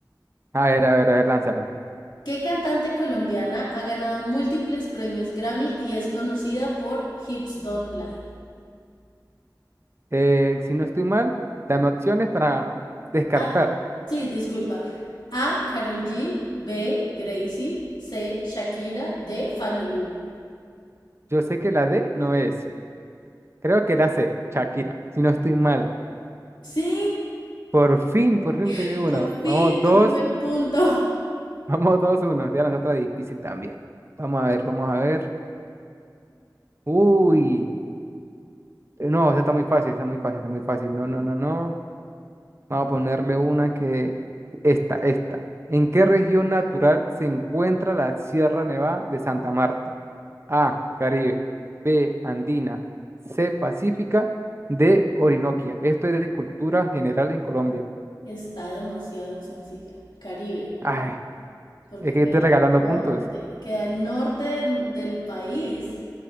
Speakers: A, on the right; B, on the left.
A: A ver, a ver, a ver, lánzala.
B: ¿Qué cantante colombiana ha ganado múltiples premios Grammy y es conocida por Hips Don't Lie?
A: Eh, si no estoy mal, dame opciones para descartar.
B: Ah, sí, disculpa. A. Carol G. B. Gracie. C. Shakira. D. Fanny Lu.
A: Yo sé que la D no es. Creo que la C, Shakira. Si no estoy mal.
B: Sí,
A: Por fin, por fin
B: <laughs>
A: pegué uno.
B: por fin
A: Vamos,
B: tu
A: dos,
B: primer punto.
A: <laughs> vamos, dos, uno. Te voy a lanzar otra difícil también. Vamos a ver, vamos a ver. Uy. Eh, No, o sea, está muy fácil, está muy fácil, está muy fácil. No, no, no, no. Vamos a ponerle una que... Esta, esta. ¿En qué región natural se encuentra la Sierra Nevada de Santa Marta? A, Caribe. B, Andina. C, Pacífica. D, Orinoquia. Esto es de cultura general en Colombia.
B: Está demasiado sencilla. Caribe,
A: Ay,
B: porque
A: es que
B: queda
A: yo estoy regalando
B: al norte,
A: puntos.
B: queda al norte del del país.